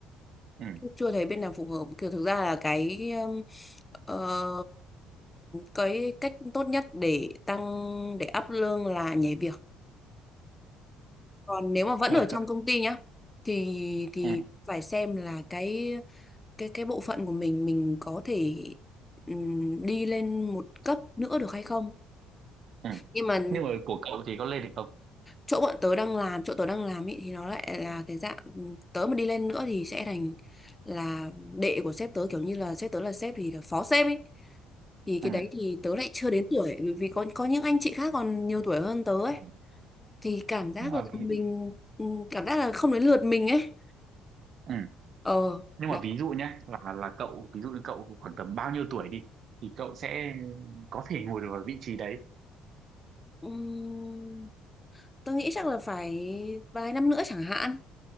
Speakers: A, on the right (about 55°); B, on the left (about 15°).
A: ừ.
B: chưa thấy bên nào phù hợp kiểu thực ra là cái um, ờ, cái cách tốt nhất để tăng để up lương là nhảy việc còn nếu mà vẫn
A: <laughs>
B: ở trong công ty nhá thì thì
A: ừ.
B: phải xem là cái cái cái bộ phận của mình mình có thể ừm, đi lên một cấp nữa được hay không
A: ừ.
B: nhưng mà
A: nhưng mà của cậu thì có lên được không
B: chỗ bọn tớ đang làm chỗ tớ đang làm ý, thì nó lại là cái dạng ừ, tớ mà đi lên nữa thì sẽ thành là đệ của sếp tớ kiểu như là sếp tớ là sếp thì là phó sếp ấy thì
A: ừ.
B: cái đấy thì tớ lại chưa đến tuổi vì vì có có những anh chị khác còn nhiều tuổi hơn tớ ấy
A: Ờ.
B: thì cảm giác
A: nhưng mà
B: là
A: ví
B: mình ừ, cảm giác là không đến lượt mình ấy
A: ừ.
B: ờ
A: nhưng
B: đó.
A: mà ví dụ nhé là là cậu ví dụ như cậu khoảng tầm bao nhiêu tuổi đi thì cậu sẽ có thể ngồi được vào vị trí đấy
B: Ừm, tớ nghĩ chắc là phải vài năm nữa chẳng hạn